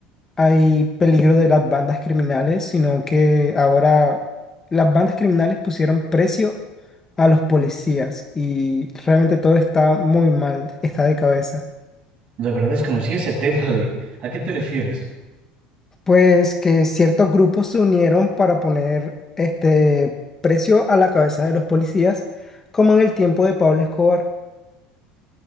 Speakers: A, on the left; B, on the right.
A: hay peligro de las bandas criminales, sino que ahora las bandas criminales pusieron precio a los policías y realmente todo está muy mal, está de cabeza.
B: La verdad desconocí ese <laughs> tema de... ¿A qué te refieres?
A: Pues que ciertos grupos se unieron para poner este precio a la cabeza de los policías, como en el tiempo de Pablo Escobar.